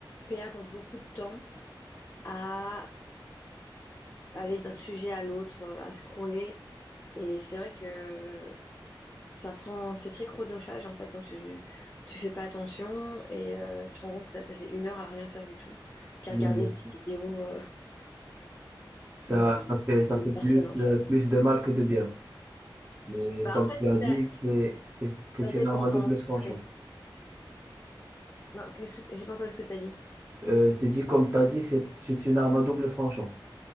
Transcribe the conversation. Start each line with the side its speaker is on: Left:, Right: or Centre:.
Left: perdre beaucoup de temps à aller d'un sujet à l'autre, euh, à scroller. Et c'est vrai que ça prend, c'est très chronophage en fait quand tu, tu fais pas attention et euh, tu te rends compte que tu as passé une heure à rien faire du tout qu'à
Right: Mhm.
Left: regarder des vidéos, euh,
Right: Ça,
Left: des vidéos
Right: ça fait,
Left: de
Right: ça
Left: deux
Right: fait plus,
Left: personnes en
Right: euh,
Left: fait.
Right: plus de mal que de bien. Mais
Left: Bah
Right: comme
Left: en fait,
Right: tu as dit,
Left: ça,
Right: c'est, c'est, c'est
Left: ça dépend
Right: une arme à
Left: comment
Right: double
Left: tu
Right: tranchant.
Left: le fais. Non, qu'est-ce que- j'ai pas entendu ce que tu as dit.
Right: Euh, je t'ai dit, comme tu as dit, c'est, c'est une arme à double tranchant.